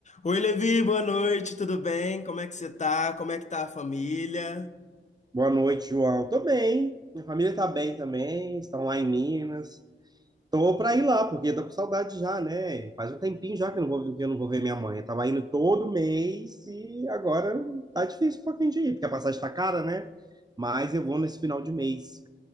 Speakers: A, on the left; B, on the right.
A: Oi, Levi, boa noite, tudo bem? Como é que você tá? Como é que tá a família?
B: Boa noite, João. Tô bem. Minha família tá bem também, estão lá em Minas. Tô pra ir lá, porque tô com saudade já, né? Faz um tempinho já que eu não vou, que eu não vou ver minha mãe. Eu tava indo todo mês e agora tá difícil um pouquinho de ir, porque a passagem tá cara, né? Mas eu vou nesse final de mês,